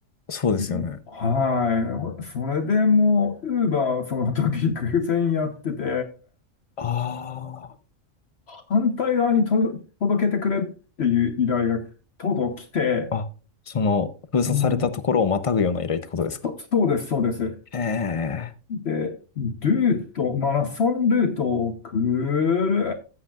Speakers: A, on the left; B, on the left.
A: そうですよね。
B: うんはい。それでもう、ウーバーその時偶然やってて、
A: あ
B: 反対側にと届けてくれっていう依頼がとうとう来て、
A: あ、あ、その、封鎖されたところをまたぐような依頼ってことですか
B: うん、とそうです、そうです。
A: へえ、
B: で、ルート、マラソンルートをぐる